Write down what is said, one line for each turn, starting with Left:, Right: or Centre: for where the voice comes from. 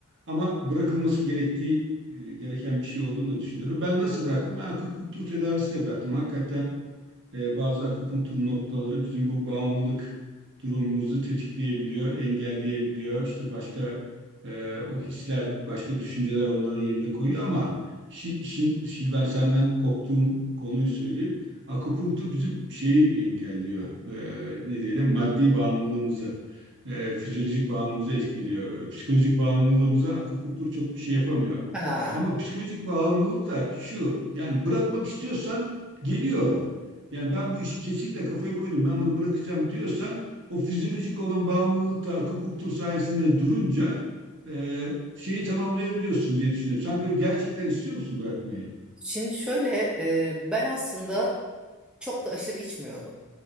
Right: Ama bırakılması gerektiği e, gereken bir şey olduğunu da düşünüyorum. Ben nasıl bıraktım? Ben akupunktur tedavisiyle bıraktım. Hakikaten e, bazı akupunktur noktaları bizim bu bağımlılık durumumuzu tetikleyebiliyor, engelleyebiliyor. İşte başka e, o hisler, başka düşünceler onların yerine koyuyor ama şi- şimdi, şimdi ben senden korktuğum konuyu söyleyeyim. Akupunktur bizim şeyi engelliyor. E, ne diyelim? Maddi bağımlılığımızı e, fizyolojik bağımlılığımızı etkiliyor. E, Psikolojik bağımlılığımıza akupunktur çok bir şey yapamıyor.
Centre: Ha.
Right: Ama psikolojik bağımlılık da şu, yani bırakmak istiyorsan geliyor. Yani ben bu işi kesinlikle kafaya koydum, ben bunu bırakacağım diyorsan o fizyolojik olan bağımlılık da akupunktur sayesinde durunca e, şeyi tamamlayabiliyorsun diye düşünüyorum. Sen böyle gerçekten istiyor musun bırakmayı?
Centre: Şimdi şöyle e, ben aslında çok da aşırı içmiyordum.